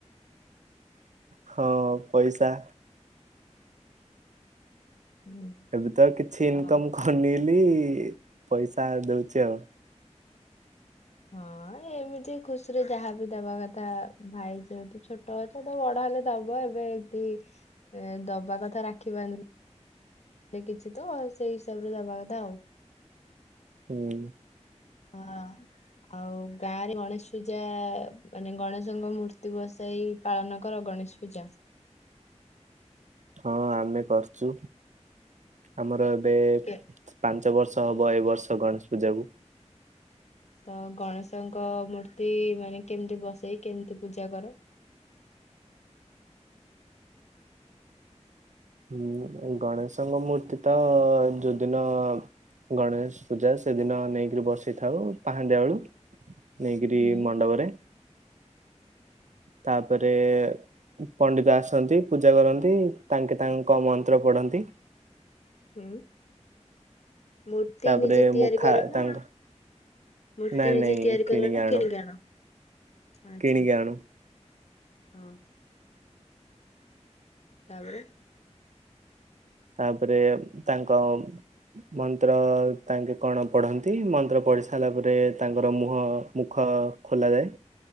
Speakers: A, on the right (about 85°); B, on the left (about 65°).
A: ହଁ ପଇସା
B: ହୁଁ
A: ଏବେ ତ କିଛି
B: ତ
A: ଇନକମ ଖନିଲି, ପଇସା ଦଉଛି ଆଉ।
B: ହଁ, ଏ ଏମିତି ଖୁସି ରେ ଯାହା ବିି ଦବା କଥା ଭାଇ ଯେହେତୁ ଛୋଟ ଅଛ ତ ବଡ ହେଲେ ଦବ, ଏବେ ତି ଏଁ ଦବା କଥା ରାକ୍ଷୀ ବାନ୍ଧ କିଛି ତ ସେଇ ହିସାବରେ ଦବା କଥା ଆଉ।
A: ହୁଁ।
B: ହଁ। ଆଉ ଗାଁ ରେ ଗଣେଶ ପୂଜା, ମାନେ ଗଣେଶଙ୍କ ମୂର୍ତ୍ତି ବସାଇ ପାଳନ କର ଗଣେଶ ପୂଜା?
A: ହଁ ଆମେ କରୁଛୁ, ଆମର ଏବେ
B: କେ
A: ପାଁ ପାଞ୍ଚ ବର୍ଷ ହବ ଏ ବର୍ଷ ଗଣେଶ ପୂଜାକୁ।
B: ତ ଗଣେଶଙ୍କ ମୂର୍ତ୍ତି ମାନେ କେମିତି ବସେଇ କେମିତି ପୂଜା କର?
A: ହୁଁ, ଗଣେଶଙ୍କ ମୂର୍ତ୍ତି ତ ଯୋଉଦିନ ଗଣେଶ ପୂଜା ସେଦିନ ନେଇକରି ବସିଥାଉ, ପାହାନ୍ଦୀ ବେଳୁ ନେଇକିରି
B: ହୁଁ।
A: ମଣ୍ଡପ ରେ ତାପରେ ପଣ୍ଡିତ ଆସନ୍ତି, ପୂଜା କରନ୍ତି, ତାଙ୍କେ ତାଙ୍କ ମନ୍ତ୍ର ପଢ଼ନ୍ତି।
B: ହୁଁ। ମୂର୍ତ୍ତି
A: ତାପରେ
B: ନିଜେ ତିଆରି
A: ମୁଖା
B: କର ନା,
A: ତାଙ୍କ
B: ମୂର୍ତ୍ତି
A: ନାଇଁ
B: ନିଜେ
A: ନାଇଁ
B: ତିଆରି କର ନା
A: ଆଣୁ
B: କିଣିକି ଆଣ? ଆଚ୍ଛା,
A: କିଣିକି ଆଣୁ
B: ହଁ। ତାପରେ
A: ତାପରେ ତାଙ୍କ ମନ୍ତ୍ର ତାଙ୍କେ କଣ ପଢ଼ନ୍ତି, ମନ୍ତ୍ର ପଢ଼ି ସାରିଲା ପରେ ତାଙ୍କର ମୁହଁ ମୁଖ ଖୋଲାଯାଏ।